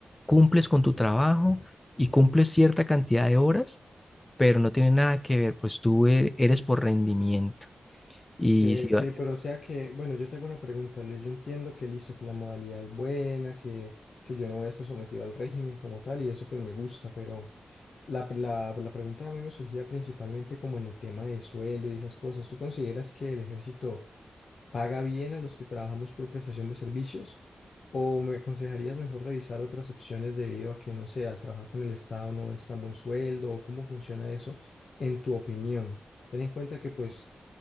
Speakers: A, on the left; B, on the left.
A: cumples con tu trabajo y cumples cierta cantidad de horas pero no tiene nada que ver, pues tú e- eres por rendimiento. Y
B: Eh,
A: si va-
B: ok, pero o sea que, bueno, yo te hago una pregunta, Luis. Yo entiendo que listo, que la modalidad es buena, que, que yo no voy a estar sometido al régimen como tal y eso pues me gusta, pero la, la, la pregunta a mí me surgía principalmente como en el tema de sueldo y esas cosas. ¿Tú consideras que el ejército... paga bien a los que trabajamos por prestación de servicios? ¿O me aconsejarías mejor revisar otras opciones debido a que, no sé, al trabajar con el Estado no es tan buen sueldo? ¿O cómo funciona eso en tu opinión? Ten en cuenta que pues